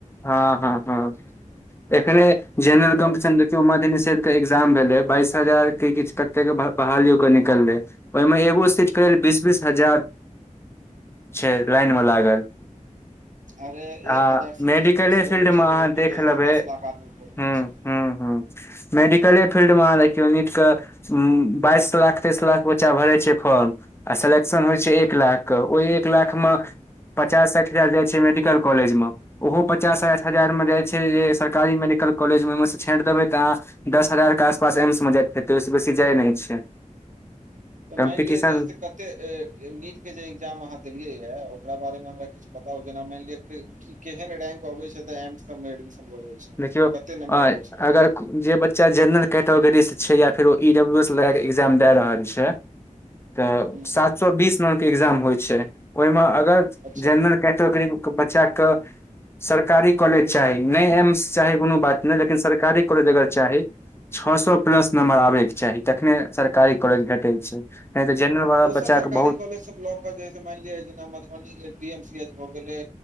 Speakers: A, on the left (about 20°); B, on the right (about 70°).
A: हँ हँ हँ एकरे जेनरल
B: आओर
A: कम्पीटीसन मध निषेध के एग्जाम भेले बाइस हजार के किछ कते के बहाली क निकलै ओहिमे एगो सीट के लेल बीस बीस हजार छै लाइन मे लागल
B: अरे एक
A: आ
B: हजार सीट
A: मेडिकले
B: वैकेंसी
A: फील्ड
B: अबै छै
A: मे अहाँ
B: तऽ ओहिमे
A: देख
B: जे
A: लेबै
B: है दस लाख आदमी भड़
A: हुँ
B: देय छै <inaudible>
A: हुँ हुँ मेडिकले फिलल्ड मे अहाँ देखियो नीट के बाइस लाख तेस लाख बच्चा भरे छै फर्म आ सेलेक्शन होइ छै एक लाख के ओहि एक लाख मे पचास साठि हजार जाइ छै मेडिकल कॉलेज मे ओहो पचास साठि हजारमे जाइत छै जे सरकारी मेडिकल कॉलेजमे ओहिमे सँ छाँड़ि देबै तऽ अहाँ दस हजार के आसपास एम्स मे जाइत हेतै ओहिस बेसी जाय नहि छै
B: तऽ
A: कम्पीटिशन
B: मानि लिअ जे हे से कते नीटके जे एकग्जाम अहाँ देलियै ह ओकरा बारेमे हमरा किछु बताउ जेना मानि लिअ कि केहन रैंक अबे छै त एमस सब एडमिशन हो जाइ छै
A: देखियौ
B: कते नं्बर
A: अ,
B: अबे छै
A: अगर जे बच्चा जेनरल कैटेगरी से छै या फेर ओ इ डब्ल्यू एस लग के एग्जाम दए रहल छै तऽ
B: हूँ
A: सात सए बीस नंबर के एग्जाम होइ छै ओहिमे अगर
B: अच्छा
A: जेनरल कैटगरी बच्चाके सरकारी कॉलेज चाही नहि एम स चाही कोनो बात नहि लेकिन सरकारी कॉलेज अगर चाही छओ सए प्लस नम्बर आबयके चाही तखने सरकारी कॉलेज भेटैत छै नहि तऽ जेनरल वाला
B: दोसर
A: बच्चाके
B: सरकारी
A: बहुत
B: कॉलेज सब लॉक मानि लिय जेना मधुबनी के डी एम सी एच भ गेले